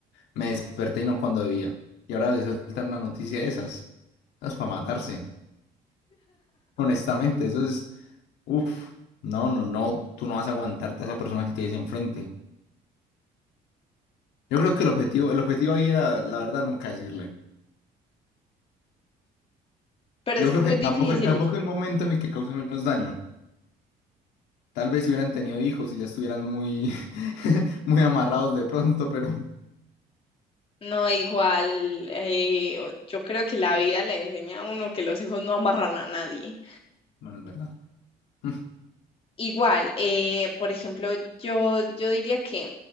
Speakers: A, on the left (about 85°); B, on the left (about 35°).
A: me desperté y no cuando debía. Y ahora le sueltan una noticia de esas. Es para matarse. Honestamente, eso es, uff, no, no, no, tú no vas a aguantarte a esa persona que te dice enfrente. Yo creo que el objetivo, el objetivo ahí era, la verdad, nunca decirle.
B: Pero
A: Yo
B: es que
A: creo
B: muy
A: que
B: difícil.
A: tampoco, tampoco el momento en el que cause menos daño. Tal vez si hubieran tenido hijos y ya estuvieran muy, <laughs> muy amarrados de pronto, pero
B: No, igual, eh, yo creo que la vida le enseña a uno que los hijos no amarran a nadie.
A: bueno, es verdad. <laughs>
B: Igual, eh, por ejemplo, yo, yo diría que